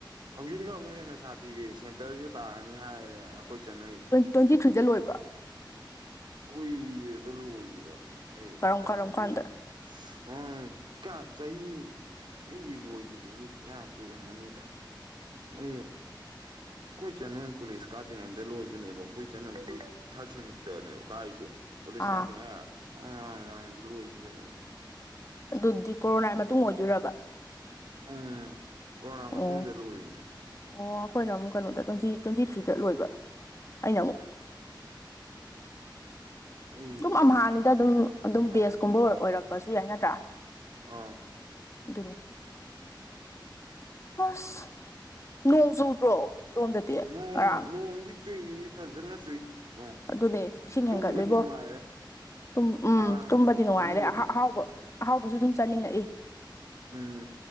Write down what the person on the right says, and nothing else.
ꯍꯧꯖꯤꯛꯅ ꯑꯃꯨꯛ ꯍꯦꯟꯅ ꯁꯥꯊꯤꯔꯤ ꯁꯦꯟꯇꯔꯁꯨ ꯇꯥꯔꯅꯤ ꯍꯥꯏꯔꯦ ꯑꯩꯈꯣꯏ ꯆꯟꯍ‌ꯣꯏ
ꯀꯣꯏꯔꯦꯗ ꯂꯣꯏꯈꯤꯕ ꯑꯩ
ꯇꯥꯗꯤꯗꯤ
ꯎꯝ ꯀꯌꯥ ꯆꯍꯤ ꯑꯩꯒꯤ ꯂꯣꯏꯈꯤꯗꯁꯨ ꯀꯌꯥꯝ ꯀꯨꯏꯔꯝꯃꯅꯤꯗ ꯑꯩꯅꯥ
ꯑꯩꯈꯣꯏ ꯆꯟꯍ‌ꯣꯏꯅꯥ ꯀꯣꯂꯦꯖ ꯀꯥꯗ꯭ꯔꯤꯉꯩꯗ ꯂꯣꯏꯕꯅꯦꯕ ꯑꯩꯈꯣꯏ ꯆꯟ ꯍꯧꯖꯤꯛ ꯊꯥꯔꯠ ꯁꯦꯃꯤꯁꯇꯔꯅꯦꯕ ꯀꯥꯔꯤꯁꯦ ꯀꯣꯂꯦꯖ
ꯀꯥꯗꯔꯤꯉꯩ ꯑ ꯃꯃꯥꯡꯗ ꯂꯣꯏꯈꯤꯕꯅꯦꯕ
ꯎꯝ ꯀꯣꯔꯣꯅꯥ
ꯃꯇꯨꯡꯗ ꯂꯣꯏꯅꯤ
ꯑ ꯑꯩ
ꯑꯥ
ꯑꯥꯎꯎ
ꯅꯣꯡ
ꯅꯣꯡꯗꯤ ꯆꯨꯏ ꯐꯖꯅ ꯆꯨꯏ ꯅꯣꯡ
ꯇꯨꯝꯕꯗꯤ
ꯅꯨꯡꯉꯥꯏꯔꯦ
ꯉꯔꯥꯡ
ꯑꯍꯤꯡꯒꯗꯤ
ꯎꯝ